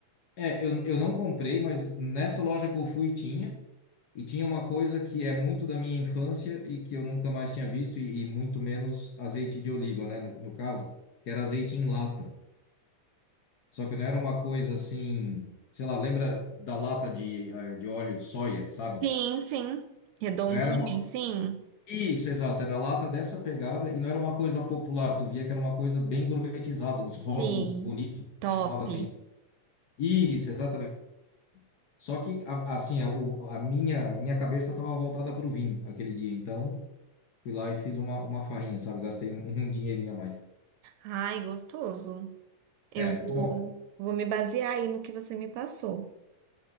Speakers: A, on the left; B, on the right.
A: É, eu, eu não comprei, mas nessa loja que eu fui tinha. E tinha uma coisa que é muito da minha infância e que eu nunca mais tinha visto, e, e muito menos azeite de oliva, né? No, no caso, que era azeite em lata. Só que não era uma coisa assim, sei lá, lembra da lata de, eh, de óleo soia, sabe?
B: Sim, sim. Redondinho,
A: Não era Uhum. uma.
B: sim.
A: Isso, exato, era lata dessa pegada e não era uma coisa popular, tu via que era uma coisa bem gourmetizada, uns rótulos
B: Sim.
A: bonitos
B: Top.
A: que chamava atenção. Isso, exatamente. Só que, a- assim, a, o- a minha, minha cabeça estava voltada para o vinho aquele dia, então. Fui lá e fiz uma, uma farrinha, sabe? Gastei um, um dinheirinho a mais.
B: Ai, gostoso. Eu
A: É, muito
B: vou,
A: bom.
B: vou me basear aí no que você me passou.